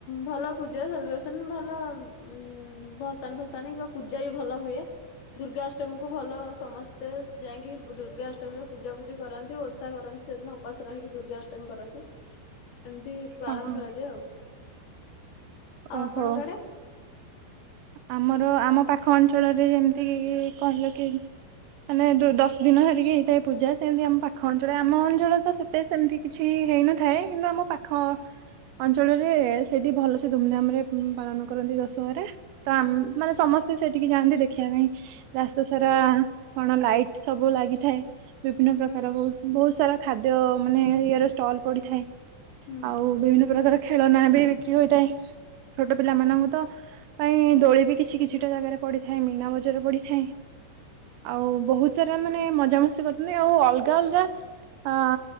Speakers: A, on the left; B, on the right.
A: ଭଲ ପୂଜା, ସାଲିବ୍ରେସନ ଭଲ ଉ ଭସାଣ ଫସାଣ କି ପୂଜା ବି ଭଲ ହୁଏ। ଦୁର୍ଗାଷ୍ଟମୀ କୁ ଭଲ ସମସ୍ତେ ଯାଇକି, ଦୁର୍ଗାଷ୍ଟମୀ ର ପୂଜା ପୂଜି କରନ୍ତି ଓଷା କରନ୍ତି, ସେଦିନ ଉପାସ ରହିକି ଦୁର୍ଗା ଅଷ୍ଟମୀ କରନ୍ତି। ଏମିତି ପାଳନ
B: ହଁ ହଁ
A: କରାଯାଏ ଆଉ ଆଉ
B: ଓହୋ
A: ଆପଣଙ୍କ ଆଡେ?
B: ଆମର ଆମ ପାଖ ଅଞ୍ଚଳରେ ଯେମିତି କି କହିଲ କି ମାନେ ଦଶ ଦିନ ଧରିକି ହେଇଥାଏ ପୂଜା ସେମିତି ଆମ ପାଖ ଅଞ୍ଚଳ ଆମ ଅଞ୍ଚଳ ତ ସେତ ସେମିତି କିଛି ହେଇନଥାଏ କିନ୍ତୁ ଆମ ପାଖ ଅଞ୍ଚଳରେ ସେଠି ଭଲ ସେ ଧୁମଧାମ ରେ ପାଳନ କରନ୍ତି ଦଶହରା। ତ ମାନେ ସମସ୍ତେ ସେଠିକି ଯାଆନ୍ତି ଦେଖିବା ପାଇଁ ରାସ୍ତା ସାରା କଣ ଲାଇଟ ସବୁ ଲାଇ ଲାଗିଥାଏ ବିଭିନ୍ନ ପ୍ରକାର
A: ହୁଁ।
B: ବ ବହୁତ ସାରା ଖାଦ୍ୟ ମାନେ ଇର ଷ୍ଟଲ ପଡିଥାଏ
A: ହୁଁ
B: ଆଉ ବିଭିନ୍ନ ପ୍ରକାର ଖେଳନା ବି ବିକ୍ରି ହୋଇଥାଏ, ଛୋଟ ପିଲାମାନାନଙ୍କୁ ତ ପାଇଁ ଦୋଳି ବି କିଛି କିଛିଟା ଜାଗାରେ ପଡିଥାଏ ମୀନା ବଜାରରେ ପଡିଥାଏ ଆଉ ବହୁତ ାରା ମାନେ ମଜାାମସ୍ତି କରୁଛନ୍ତି ଆଉ ଅଲଗା ଅଲଗା ଅ